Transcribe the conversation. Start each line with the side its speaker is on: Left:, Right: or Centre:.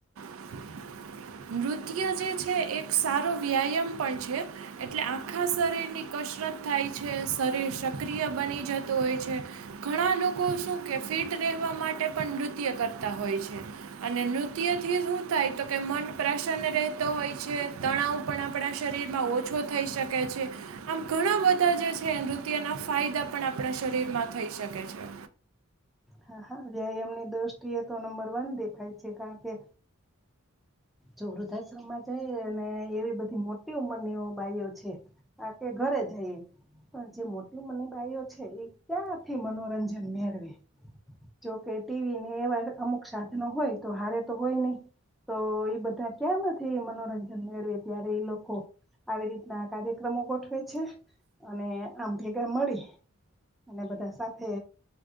Right: <unintelligible> નૃત્ય જે છે એક સારો વ્યાયામ પણ છે, એટલે આખા શરીરની કશ થાય છે, શરીર સક્રિય બની જતું હોય છે, ઘણા લોકો શું કે ફિટ વા માટે પણ નૃત્ય કરતા હોય છે, અને નૃત્યથી શું થાય તો કે મન પ્રસન્ન રહેતો હોય છે, તણાવ પણ આપણા શરીરમાં ઓછો થઈ શકે છે આમ ઘણા બધા જે છે, નૃત્યના ફાયદા પણ આપણા શરીરમાં થઈ શકે છે.
Centre: હા હા વ્યાયામ ની દ્રષ્ટિએ તો નંબર વન દેખાય છે, કારણ કે જો વૃદ્ધાશ્રમમાં જાય ને એવી બધી મોટી ઉંમરની બાાઈઓ છે, આ કે ઘર જઈ પણ જે મોટી મનીબાઈઓ છે, એ ક્યાંથી મનોરંજન મેળવે જોકે ટીવી ને એવા અમુક સાધનો હોય તો હારે તો હોય, નહી તો બધા ક્યાં નથી મનોરંજન મેળવે ત્યારે એ લોકો આવી રીતના કાર્યક્રમો ગોઠવે છે, અને આમ ભેગા મળી અને બધા સાથે